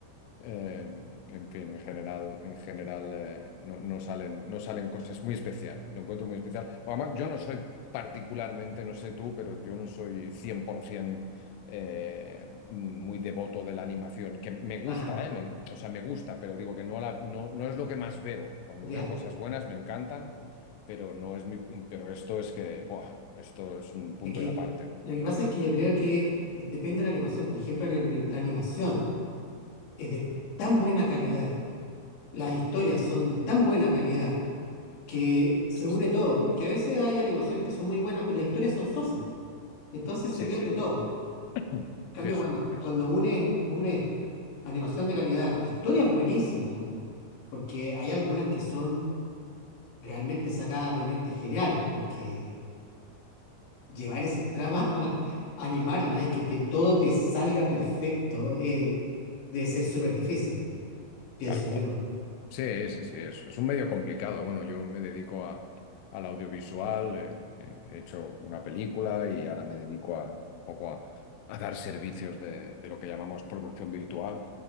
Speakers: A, on the left; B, on the left.
A: Eh, en fin, en general, en general eh, no, no salen, no salen cosas muy especial. Lo encuentro muy especial. Además, yo no soy particularmente, no sé tú, pero yo no soy 100% eh, muy devoto de la animación, que me gusta,
B: Ajá,
A: eh, me- o sea, me gusta, pero digo que no, la, no, no es lo que más veo. Cuando
B: ya.
A: veo cosas buenas me encantan, pero no es mi, pero esto es que, buah, esto es un punto
B: Es que
A: y aparte.
B: lo que pasa es que yo creo que depende de la animación. Por ejemplo, la, anim- la animación es de tan buena calidad, las
A: Sí,
B: historias son de tan buena calidad que se
A: sí,
B: une
A: sí.
B: todo. Porque a veces hay animaciones que son muy buenas, pero las historias son sosas. Entonces se
A: Sí,
B: pierde
A: sí, sí.
B: todo.
A: <clears throat>
B: En cambio,
A: Sí, sí,
B: cuando,
A: es
B: cuando une, une animación de calidad, historias buenísimas, porque hay algunas que son realmente sacadas de mentes geniales, porque llevar esa trama, <laughs> animarla y que te- todo te salga perfecto, eh, debe ser súper difícil, pienso
A: tal cual.
B: yo.
A: Sí, sí, sí, es, es un medio complicado. Bueno, yo me dedico a, al audiovisual, eh, eh, he hecho una película y ahora me dedico a, un poco a, a dar servicios de, de lo que llamamos producción virtual